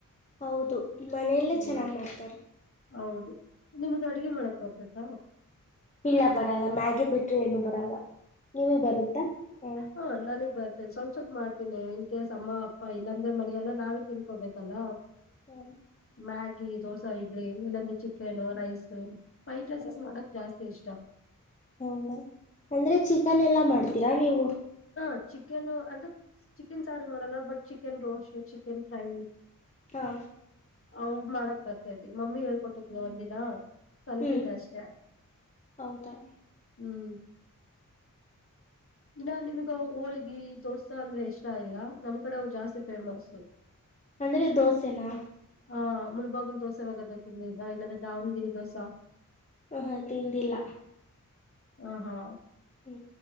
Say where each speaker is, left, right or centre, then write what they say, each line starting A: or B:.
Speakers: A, on the left; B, on the left.
A: ಹೌದು ಮನೆಯಲ್ಲೇ
B: ಹ್ಮ್
A: ಚೆನ್ನಾಗ್ ಮಾಡ್ತಾರೆ
B: ಹೌದು ನಿಮ್ದ ಅಡ್ಗೆ ಮಾಡಕ್ ಬರ್ತತ್ತ
A: ಇಲ್ಲ ಬರಲ್ಲ ಮ್ಯಾಗಿ ಬಿಟ್ರ ಏನು ಬರಲ್ಲ ನೀಮಗ ಬರುತ್ತಾ ಹೂ
B: ಹಾ ನನಗ್ ಬರ್ತೆೇನೆ ಸ್ವಲ್ಪ ಸ್ವಲ್ಪ ಮಾಡ್ತೇನೆ ಇನ್ ಕೇಸ್ ಅಮ್ಮ ಅಪ್ಪ ಇಲ್ಲಾಂದ್ರೆ ಮನಿಯಲ್ಲ ನಾವೇ ತಿನ್ಕೋಬೇಕಲ್ಲ
A: ಹ್ಮ್
B: ಮ್ಯಾಗಿ ದೋಸೆ ಇಡ್ಲಿ ಇಲ್ಲಂದ ಚಿಕನ್ ರೈಸು ವೈಟ್ ರೈಸಸ್
A: ಹ್ಮ್
B: ಮಾಡಕ್ ಜಾಸ್ತಿ ಇಷ್ಟ
A: ಹೌದಾ ಅಂದ್ರೆ ಚಿಕನ್ ಎಲ್ಲಾ ಮಾಡ್ತೀರಾ ನೀವು
B: ಹಾ ಚಿಕನ್ ಅಂದ್ರ ಚಿಕನ್ ಸಾರು ಮಾಡಲ್ಲ but chicken roast chicken fry
A: ಹಾ
B: ಅವ ಮಾಡಕ್ ಬರ್ತೈತಿ ಮಮ್ಮಿ ಹೇಳ್ಕೊಟ್ಟಿದ್ನ ಒಂದ ದಿನ ಕಲ್ತಿದ್ದ
A: ಹ್ಮ್
B: ಅಷ್ಟೆ
A: ಹೌದಾ
B: ಹ್ಮ್ ಇನ್ನ ನಿಮ್ಗ ಹೋಳಗಿ ದೋಸಾ ಅಂದ್ರೆ ಇಷ್ಟ ಇಲ್ಲ ನಮ್ ಕಡೆವು ಜಾಸ್ತಿ ಫೇಮಸ್
A: ಅಂದ್ರೆ ದೋಸೆನಾ
B: ಹಾ ಮುಳಬಾಗಲು ದೋಸೆ ಆಗದ ತಿಂದ್ದಿದ್ರಾ ಇಲ್ಲಾಂದ್ರೆ ದಾವಣಗೆರೆ ದೋಸಾ
A: ಹ ಹಾ ತಿಂದಿಲ್ಲ
B: ಹ ಹಾ
A: ಹ್ಮ್